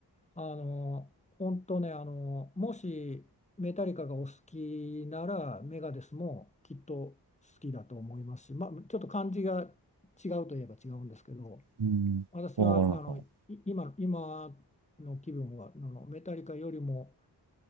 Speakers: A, on the left; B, on the right.
A: あの、本当ね、あの、もしメタリカがお好きなら、メガデスもきっと好きだと思いますし、まあ、ちょっと感じが違うといえば違うんですけど、
B: うんわかります
A: 私はあの、い今、今の気分は、あの、メタリカよりも